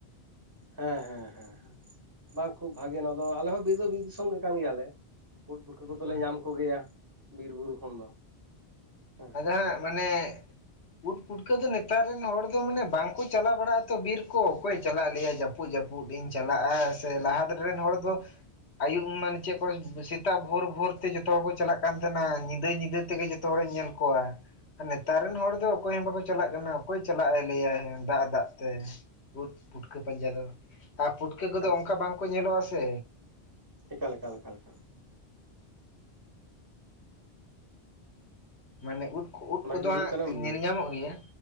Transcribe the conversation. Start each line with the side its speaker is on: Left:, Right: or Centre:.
Right: ᱦᱮᱸ ᱦᱮᱸ ᱦᱮᱸ ᱦᱮ᱾ ᱵᱟᱝ ᱠᱷᱩᱵ ᱵᱷᱟᱜᱮ ᱱᱚᱣᱟ ᱫᱚ ᱟᱞᱮᱦᱚ ᱵᱤᱨ ᱫᱚ ᱵᱤᱨ ᱫᱤᱥᱚᱢ ᱜᱮ ᱠᱟᱱ ᱜᱮᱭᱟᱞᱮ ᱩᱫ ᱯᱩᱴᱠᱟᱹ ᱠᱚᱫᱚᱞᱮ
Left: ᱦᱳᱭ
Right: ᱧᱟᱢ ᱠᱚᱜᱮᱭᱟ ᱾ ᱵᱤᱨ ᱵᱩᱨᱩ ᱠᱷᱚᱱ ᱫᱚ᱾ ᱦᱮᱸ
Left: ᱟᱫᱚ ᱦᱟᱸᱜ ᱢᱟᱱᱮ ᱯᱩᱴ ᱯᱩᱴᱠᱟᱹ ᱫᱚ ᱱᱮᱛᱟᱨ ᱨᱮᱱ ᱦᱚᱲ ᱫᱚ ᱢᱟᱱᱮ ᱵᱟᱝᱠᱚ ᱪᱟᱞᱟᱣ ᱵᱟᱲᱟᱜᱼᱟ ᱛᱚ ᱵᱤᱨ ᱠᱚ ᱚᱠᱚᱭᱮ ᱪᱟᱞᱟᱜ-ᱟ ᱞᱮᱭᱟ ᱡᱟᱹᱯᱩᱫ ᱡᱟᱹᱯᱩᱫ᱾ ᱯᱩᱫ ᱤᱧ ᱪᱟᱞᱟᱜᱼᱟ ᱥᱮ ᱞᱟᱦᱟ ᱫ ᱨᱮᱱ ᱦᱚᱲ ᱫᱚ ᱟᱭᱭᱩᱵ ᱢᱟᱱᱮ ᱪᱮᱫ ᱠᱚ ᱥᱮᱛᱟᱜ ᱵᱷᱳᱨ ᱵᱷᱳᱨ ᱛᱮ ᱡᱚᱛᱚ ᱦᱚᱲ ᱠᱚ ᱪᱟᱞᱟᱜ ᱠᱟᱱ ᱛᱟᱦᱮᱱᱟ ᱧᱤᱫᱟᱹᱭ ᱧᱤᱫᱟᱹ ᱛᱮᱜᱮ ᱡᱚᱛᱚ ᱦᱚᱲᱮ ᱧᱮᱞ ᱠᱚᱣᱟ᱾ ᱱᱮᱛᱟᱨ ᱨᱮᱱ ᱦᱚᱲ ᱫᱚ ᱚᱠᱚᱭ ᱦᱚᱸ ᱵᱟᱠᱚ ᱪᱟᱞᱟᱜ ᱠᱟᱱᱟ ᱚᱠᱚᱭ ᱪᱟᱞᱟᱜ ᱮ ᱞᱟᱹᱭᱟᱭ ᱫᱟᱜ ᱫᱟᱜ ᱛᱮ᱾ ᱯᱩᱴ ᱯᱩᱴᱠᱟᱹ ᱯᱟᱸᱡᱟ ᱫᱚ ᱟᱨ ᱯᱩᱴᱠᱟᱹ ᱠᱚᱫᱚ
Right: ᱮᱠᱟᱞ
Left: ᱚᱱᱠᱟ ᱵᱟᱝᱠᱚ ᱧᱮᱞᱚᱜᱼᱟ ᱥᱮ᱾
Right: ᱮᱠᱟ ᱞᱮᱠᱟ ᱞᱮᱠᱟ᱾
Left: ᱢᱟᱱᱮ ᱩᱫ ᱩᱫ
Right: ᱚᱱᱟᱜᱮ
Left: ᱠᱚᱫᱚ
Right: ᱦᱩᱭᱩᱜ
Left: ᱦᱟᱸᱜ
Right: ᱠᱟᱱᱟ ᱢᱮᱱ
Left: ᱧᱮᱞ
Right: ᱡᱤᱱᱤᱥ
Left: ᱧᱟᱢᱚᱜ ᱜᱮᱭᱟ